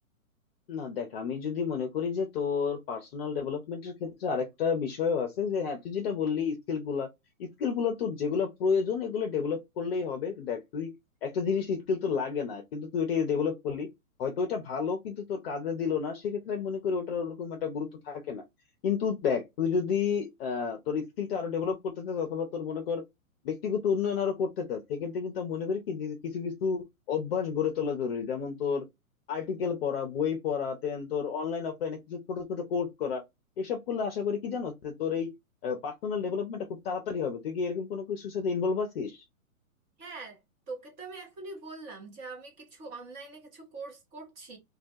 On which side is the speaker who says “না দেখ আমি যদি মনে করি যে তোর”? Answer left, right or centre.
Left